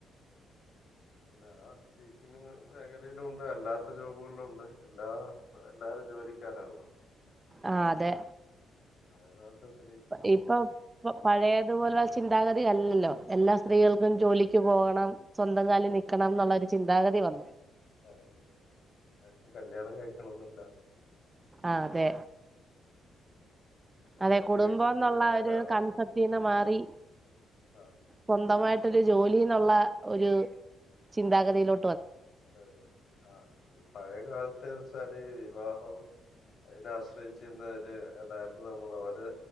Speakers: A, on the left; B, on the right.
A: എല്ലാ ടീറ്റിങ് മേഖലയിലും ഉണ്ട് അല്ലാത്ത ജോബുകൾ ഉണ്ട് എല്ലാ എല്ലാരും ജോലിക്കാരാണല്ലോ
B: ആ അതെ
A: പഴേ കാല്ത്തെ സ്‌
B: ഇപ്പൊ പ്പ പഴയതുപോലുള്ള ചിന്താഗതി അല്ലല്ലോ എല്ലാ സ് ത്രീകൾക്കും ജോലിക്ക് പോകണം. സ്വന്തം കാലിൽ നിക്കണം, എന്നുള്ള ഒരു ചിന്താഗതി വന്നു.
A: അതതെതെ അതെ ആർക്കും കല്യാണം കഴിക്കണംന്ന്ല്ല.
B: ആ അതെ.
A: കല്യാണം
B: അതെ കുടുംബം
A: കഴിച്ച്
B: എന്നുള്ള
A: കഴിഞ്ഞാൽ
B: ഒരു
A: ഒരാളുടെ
B: കൺസെപ്റ്റീന്ന്
A: ആഹ്
B: മാറി
A: ആഹ്
B: സ്വന്തമായിട്ട് ഒരു ജോലിന്നുള്ള ഒരു ചിന്താഗതിയിലോ
A: അതെ ആഹ് ൽ പഴയകാലത്ത് ത്തൊരേ വിവാഹം അതിനാശ്രയിച്ചിരുന്നവര് അതായത് നമ്മൾ ര്